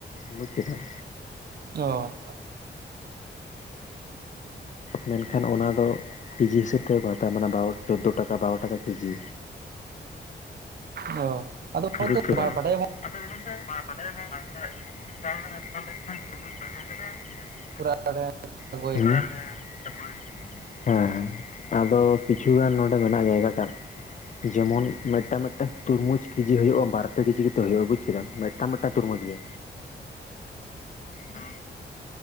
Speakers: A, on the left; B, on the right.
A: ᱵᱩᱡᱽ ᱠᱮᱫᱟᱢ᱾
B: ᱚᱻ
A: ᱢᱮᱱᱠᱷᱟᱱ ᱚᱱᱟ ᱫᱚ ᱠᱮᱡᱤ ᱦᱤᱥᱟᱹᱵᱽ ᱛᱮᱜᱮ ᱠᱚ ᱦᱟᱛᱟᱣᱟ ᱢᱟᱱᱮ ᱵᱟᱨᱚ, ᱪᱳᱫᱽᱫᱳ ᱴᱟᱠᱟ ᱵᱟᱨᱳ ᱴᱟᱠᱟ ᱠᱮᱡᱤ᱾
B: ᱚᱻ ᱟᱫᱚ ᱚᱱᱟ
A: ᱵᱩᱪ
B: ᱫᱚ
A: ᱠᱮᱫᱟᱢ᱾
B: ᱵᱟᱰᱟᱭ
A: ᱟᱫᱚ <unintelligible>
B: <unintelligible>
A: ᱦᱩᱸ <inaudible> ᱦᱮᱸ ᱦᱮᱸ ᱟᱫᱚ ᱠᱤᱪᱷᱩᱜᱟᱱ ᱱᱚᱰᱮ ᱢᱮᱱᱟᱜ-ᱟ ᱡᱟᱭᱜᱟ ᱴᱟᱜ ᱡᱮᱢᱚᱱ ᱢᱤᱫᱴᱟᱝ ᱢᱤᱫᱴᱟᱝ᱾ ᱛᱩᱨᱢᱩᱡᱽ ᱠᱮᱡᱤ ᱦᱩᱭᱩᱜᱼᱟ ᱵᱟᱨᱯᱮ ᱠᱮᱡᱤ ᱠᱟᱛᱮ ᱦᱩᱭᱩᱜᱼᱟ ᱵᱩᱡ ᱠᱮᱫᱟᱢ ᱢᱤᱫᱴᱟᱝ ᱢᱤᱫᱴᱟᱝ ᱛᱩᱨᱢᱩᱡᱽ ᱜᱮ᱾ ᱦᱚᱸ